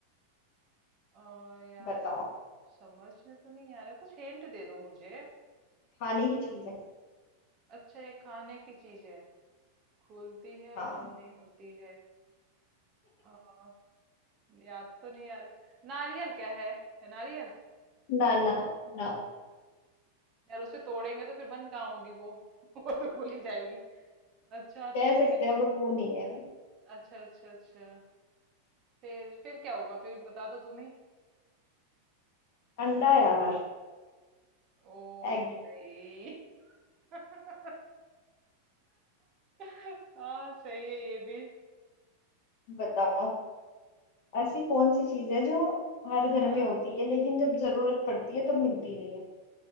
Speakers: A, on the right; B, on the left.
A: अ, यार
B: बताओ
A: समझ में तो नहीं आ रहा कुछ हिंट दे दो मुझे
B: खाने की चीज है
A: अच्छा ये खाने की चीज है खुलती है
B: हाँ
A: बंद नहीं होती है याद तो नहीं आ रहा नारियल क्या है है नारियल
B: ना ना ना
A: यार उसे तोड़ेंगे तो फिर बंद कहाँ होगी वो <laughs> वो तो भूल ही जाएगी अच्छा
B: कह
A: ठीक
B: सकते
A: है ना
B: हैं बट वो नहीं है
A: अच्छा अच्छा अच्छा फिर फिर क्या होगा फिर बता दो तुम ही
B: अंडा यार
A: ओ
B: एग
A: भाई <laughs> हाँ सही है ये भी
B: बताओ ऐसी कौन सी चीज है जो हर घर
A: हाँ
B: में होती है लेकिन जब जरूरत पड़ती है तब मिलती नहीं है